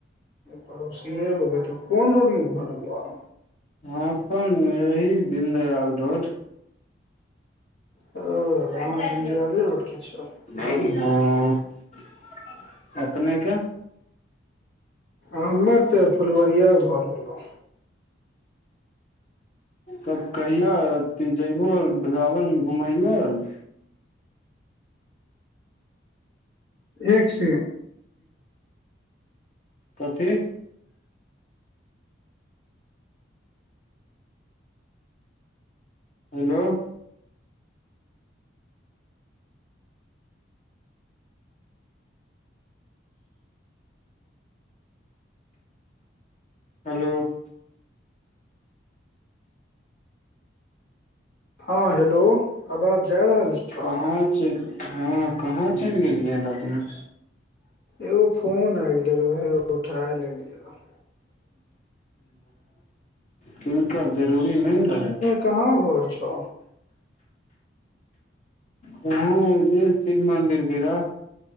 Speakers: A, on the left; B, on the left.
A: पड़ोसीे होबै तऽ कोन रोड मे घर हौ तोहर?
B: अपन एहि दीनदयाल रोड।
A: ओ अहाँ
B: लाइट काइट
A: दीनदयाले
B: दियौ?
A: रोड के छौ न
B: नैय गे। अ अपनेक?
A: हमर तऽ फुलवरिया घर भेलहु।
B: तब कहिया तू जयबो सावणमे घुमायालो?
A: एक छैय
B: कथी? हेलो ऽ ऽ हेलो ऽ ऽ
A: हां हेलो अबाज जा रहल? छौ
B: कहां चेल, हां कहा चलि गेलियै अपने?
A: एगो फोन आ गेले रहैय, ओहे उठाय लेल रहो।
B: किनकर जरूरी नै न रहैय?
A: कहा घर छौ?
B: हां एजे शिव मन्दिर भीरा।